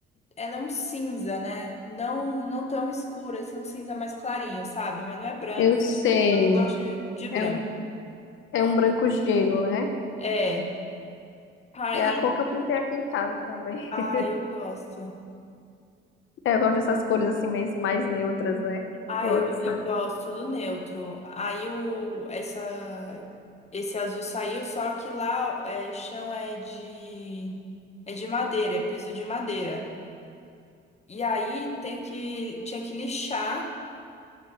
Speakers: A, on the left; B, on the left.
A: ela é um cinza, né? Não, não tão escura, assim, um cinza mais clarinho, sabe? Mas não é branco,
B: Eu sei.
A: eu não gosto de, de branco.
B: É um, é um branco gelo, né?
A: É. Aí,
B: É a cor que eu pintei aqui em casa também.
A: ah,
B: <laughs>
A: eu gosto.
B: Eu gosto dessas cores assim, mais, mais neutras, né?
A: Ah,
B: Eu gosto,
A: eu,
B: sim.
A: eu gosto do neutro. Aí o, essa, esse azul saiu, só que lá é, chão é de, é de madeira, é piso de madeira. E aí tem que, tinha que lixar.